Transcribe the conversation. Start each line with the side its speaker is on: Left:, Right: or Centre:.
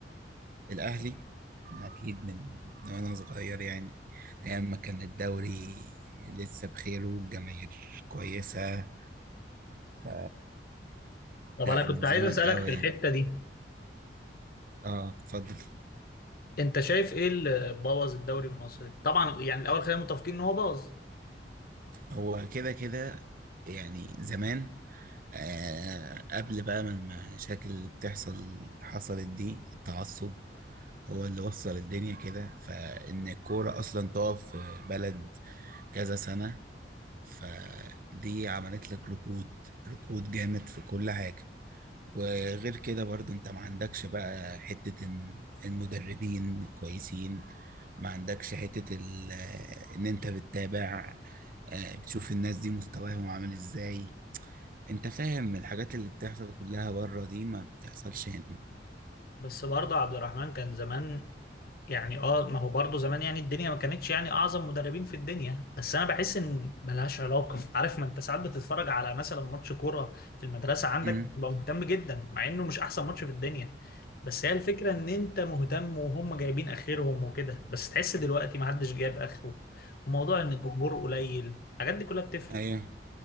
Right: الأهلي أكيد من من وأنا صغير يعني أيام ما كان الدوري لسه بخير والجماهير كويسة ف
Left: طب
Right: لا
Left: انا
Right: من
Left: كنت عايز
Right: زمان
Left: اسالك
Right: قوي
Left: في الحته دي
Right: اه اتفضل
Left: انت شايف ايه اللي بوظ الدوري المصري طبعا يعني الاول خلينا متفقين ان هو بوظ
Right: هو كده كده يعني زمان آه قبل بقى من المشاكل اللي بتحصل حصلت دي التعصب هو اللي وصل الدنيا كده فإن الكورة أصلا تقف في بلد كذا سنة فدي عملت لك ركود ركود جامد في كل حاجة وغير كده برضه انت ما عندكش بقى حتة ان المدربين كويسين ما عندكش حتة ال- آه، ان انت بتتابع آه، بتشوف الناس دي مستواهم عامل ازاي انت فاهم الحاجات اللي بتحصل كلها بره دي ما بتحصلش هنا
Left: بس برضه عبد الرحمن كان زمان يعني اه ما هو برضه زمان يعني الدنيا ما كانتش يعني اعظم مدربين في الدنيا بس انا بحس ان ملهاش علاقه عارف ما انت ساعات بتتفرج على مثلا ماتش كوره في المدرسه عندك
Right: امم
Left: بتبقى مهتم جدا مع انه مش احسن ماتش في الدنيا بس هي الفكره ان انت مهتم وهم جايبين اخرهم وكده بس تحس دلوقتي ما حدش جايب اخره وموضوع ان الجمهور قليل الحاجات دي كلها بتفرق
Right: ايوه